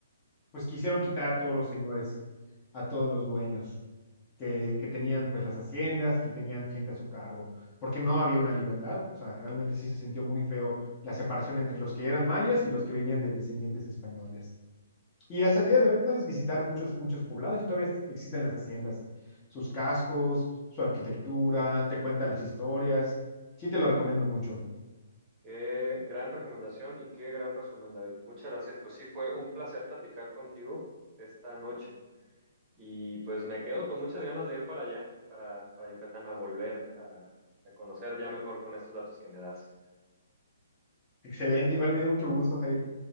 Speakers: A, on the left; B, on the right.
A: pues quisieron quitar a todos los señores, a todos los dueños. que, que, tenían pues las haciendas, que tenían gente a su cargo, porque no había una libertad, o sea, realmente sí se sintió muy feo la separación entre los que eran mayas y los que venían de descendientes españoles. Y hasta el día de hoy puedes visitar muchos, muchos poblados y todavía existen las haciendas, sus cascos, su arquitectura, te cuentan las historias, sí te lo recomiendo mucho.
B: Qué gran recomendación y qué gran resumen, David. Muchas gracias. Pues sí, fue un placer platicar contigo esta noche y pues me quedo con muchas ganas de ir para allá, para, para Yucatán, a volver a, a conocer ya mejor con estos datos que me das.
A: Excelente, igual me dio mucho gusto, Jair.